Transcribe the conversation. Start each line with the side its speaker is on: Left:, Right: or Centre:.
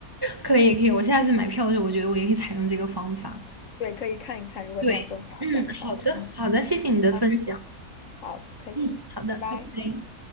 Right: 可以可以，我下次买票的时候，我觉得我也可以采用这个方法。
Left: 对，可以看一看，如果这样更划算的话。
Right: 对，嗯，好的好的，
Left: 嗯，
Right: 谢谢你的分享。
Left: 好，好，不客气，
Right: 嗯，好的，
Left: 拜拜。
Right: 拜拜。